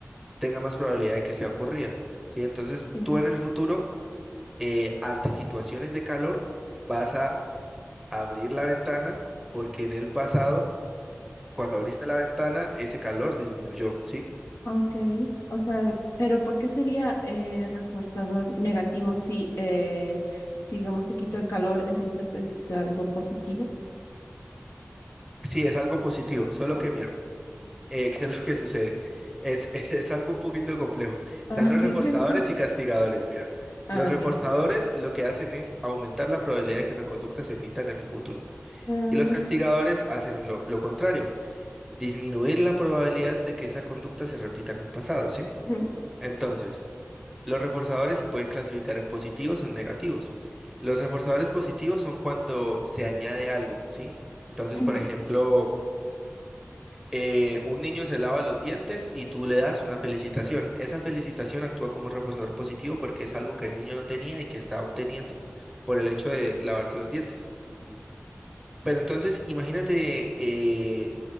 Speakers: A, in the centre; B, on the left.
A: tenga más probabilidad de que sea ocurrida, ¿sí? Entonces,
B: sí.
A: tú en el futuro, eh, ante situaciones de calor, vas a abrir la ventana porque en el pasado, cuando abriste la ventana, ese calor disminuyó, ¿sí?
B: ah, ok. O sea, pero ¿por qué sería eh, reforzador negativo si, eh, si, digamos, te quito el calor, entonces es algo positivo?
A: Sí, es algo positivo, solo
B: Ujú.
A: que eh, <laughs> ¿qué es lo que sucede? Es, <laughs> es algo un poquito complejo. Están
B: Ah,
A: los
B: ok.
A: reforzadores
B: <laughs>
A: y castigadores. Mira,
B: Ah,
A: los reforzadores
B: ya.
A: lo que hacen es aumentar la probabilidad de que una conducta se emita en el futuro.
B: Ah,
A: Y los castigadores hacen lo, lo contrario, disminuir la probabilidad de que esa conducta se repita en el pasado, ¿sí?
B: ujú,
A: Entonces, los reforzadores se pueden clasificar en positivos o en negativos. Los reforzadores positivos son cuando se añade algo, ¿sí? Entonces,
B: ujú,
A: por ejemplo eh, un niño se lava los dientes y tú le das una felicitación. Esa felicitación actúa como un reforzador positivo porque es algo que el niño no tenía y que está obteniendo por el hecho de lavarse los dientes.
B: ujú,
A: Pero entonces, imagínate eh,